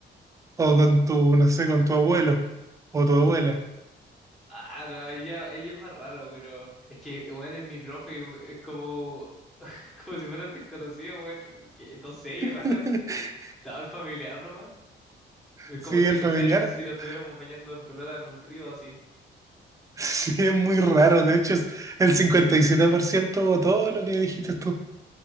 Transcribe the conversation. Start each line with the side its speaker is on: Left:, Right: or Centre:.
Right: O con tu, no sé, con tu abuelo o tu abuela.
Centre: Ah, no, ella, ella es más rara, pero es que, bueno, es mi profe, es como, <laughs> como si fueran desconocidos, weón. que No sé, es
Right: <laughs>
Centre: raro. Estaba el familiar nomás. Es
Right: Sí,
Centre: como si,
Right: el
Centre: no
Right: familiar.
Centre: sé, si
Right: <laughs>
Centre: nos estuviéramos bañando en pelota en un río así.
Right: Sí, es muy raro. De hecho, es el 57% o todo lo que dijiste tú.